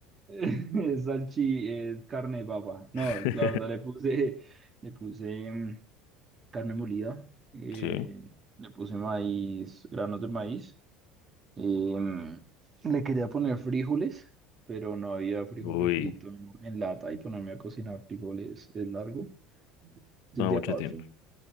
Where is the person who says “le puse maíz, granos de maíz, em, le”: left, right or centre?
Right